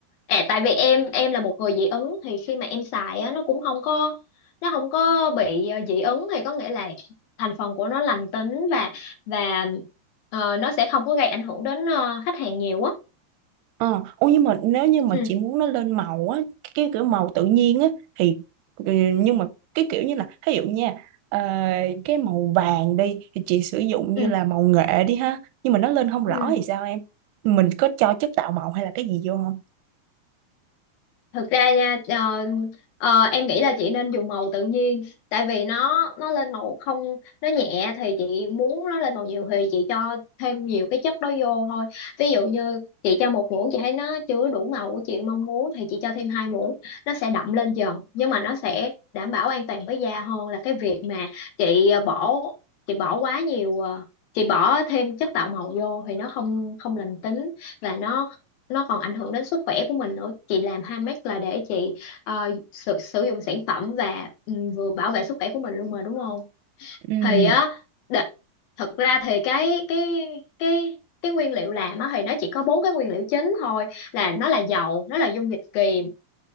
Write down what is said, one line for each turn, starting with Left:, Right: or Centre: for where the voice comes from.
Left: à, tại vì em em là một người dị ứng thì khi mà em xài á nó cũng không có nó không có bị ờ, dị ứng thì có nghĩa là thành phần của nó lành tính và và ờ, nó sẽ không có gây ảnh hưởng đến ờ, khách hàng nhiều á
Right: Ờ, ô nhưng mà nếu như mà
Left: ừ
Right: chị muốn nó lên màu á, cái kiểu màu tự nhiên á thì ừ, nhưng mà cái kiểu như là ví dụ nha ờ, cái màu vàng đi thì chị sử dụng như
Left: ừ
Right: là màu nghệ đi ha nhưng mà nó lên không
Left: ừ
Right: rõ thì sao em mình có cho chất tạo màu hay là cái gì vô không
Left: thực ra nha ờ, ờ, em nghĩ là chị nên dùng màu tự nhiên tại vì nó nó lên màu không nó nhẹ thì chị muốn nó lên màu nhiều thì chị cho thêm nhiều cái chất đó vô thôi ví dụ như chị cho một muỗng chị thấy nó chưa đủ màu của chị mong muốn thì chị cho thêm hai muỗng nó sẽ đậm lên dần nhưng mà nó sẽ đảm bảo an toàn với da hơn là cái việc mà chị ờ, bỏ chị bỏ quá nhiều ờ, chị bỏ thêm chất tạo màu vô thì nó không không lành tính và nó nó còn ảnh hưởng đến sức khỏe của mình nữa chị làm handmade là để chị ờ, sử, sử dụng sản phẩm và ừ, vừa bảo vệ sức khỏe của mình luôn mà đúng không
Right: Ừm,
Left: thì á đ- thật ra thì cái cái cái cái nguyên liệu làm á thì nó chỉ có bốn cái nguyên liệu chính thôi là nó là dầu nó là dung dịch kiềm